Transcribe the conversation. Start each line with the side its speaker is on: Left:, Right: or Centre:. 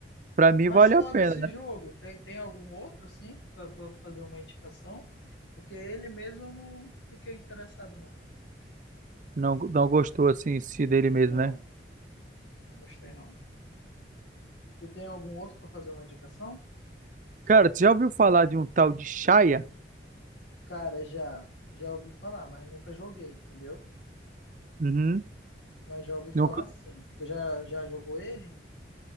Right: pra mim
Left: Mas
Right: vale
Left: fora
Right: a pena,
Left: esse
Right: né?
Left: jogo, tem, tem algum outro, assim, pra pra fazer uma indicação? Porque ele mesmo eu não fiquei interessado, não.
Right: Não, não gostou assim em si dele
Left: Não,
Right: mesmo, né?
Left: gostei não. Tu tem algum outro pra fazer uma indicação?
Right: Cara, tu já ouviu falar de um tal de Shaya?
Left: Cara, já, já ouvi falar, mas nunca joguei, entendeu?
Right: Uhum.
Left: Mas já ouvi falar
Right: Nunca-
Left: sim. Tu já, já jogou ele?